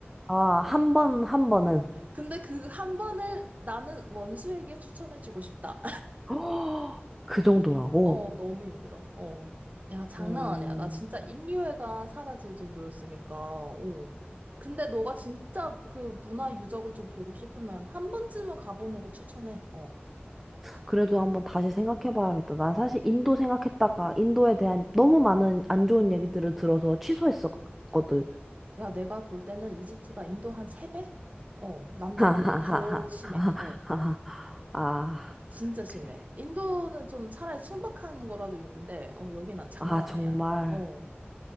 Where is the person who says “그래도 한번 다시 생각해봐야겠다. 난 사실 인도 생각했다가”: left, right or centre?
Centre